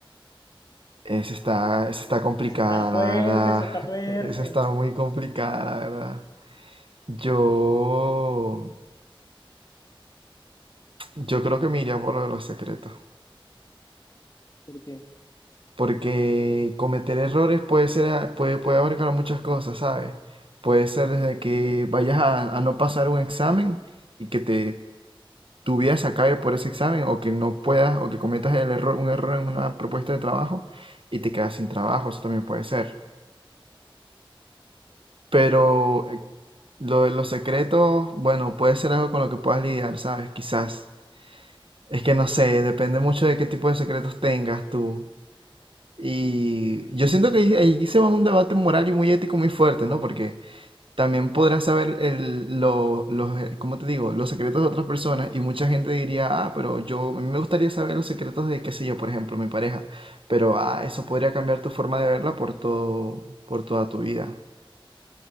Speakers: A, on the right; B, on the left.
A: Esa está, esa está complicada,
B: Esa está fuerte,
A: la verdad.
B: esa está fuerte.
A: Esa está muy complicada, la verdad. Yo, yo creo que me iría por lo de los secretos.
B: ¿Por qué?
A: Porque cometer errores puede ser, a- puede, puede abarcar muchas cosas, ¿sabes? Puede ser desde que vayas a, a no pasar un examen y que te, tu vida se acabe por ese examen, o que no puedas, o que cometas el error, un error en una propuesta de trabajo y te quedas sin trabajo, eso también puede ser. Pero eh, lo de los secretos, bueno, puede ser algo con lo que puedas lidiar, ¿sabes? Quizás. Es que no sé, depende mucho de qué tipo de secretos tengas tú. Y yo siento que ahí, ahí se va un debate moral y muy ético muy fuerte, ¿no? Porque también podrás saber el, lo- los, eh, ¿cómo te digo? los secretos de otras personas y mucha gente diría, ah, pero yo, a mí me gustaría saber los secretos de, qué sé yo, por ejemplo, mi pareja. Pero, ah, eso podría cambiar tu forma de verla por todo, por toda tu vida.